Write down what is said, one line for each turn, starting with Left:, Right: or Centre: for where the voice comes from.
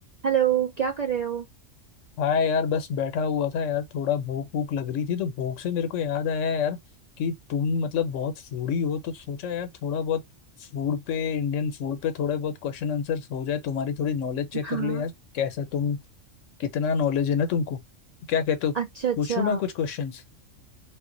Right: Hello क्या कर रहे हो
Left: हाँ यार बस बैठा हुआ था यार थोड़ा भूख भूख लग रही थी तो भूख से मेरे को याद आया यार कि तुम मतलब बहुत फूडी हो तो सोचा यार थोड़ा बहुत फूड पे इंडियन फूड पे थोड़े बहुत क्वेश्चन आंसर हो जाए तुम्हारी थोड़ी नॉलेज चेक
Right: हाँ
Left: कर ले यार कैसा तुम कितना नॉलेज है ना तुमको क्या कहते हो
Right: अच्छा अच्छा
Left: पूछूं मैं कुछ क्वेश्चंस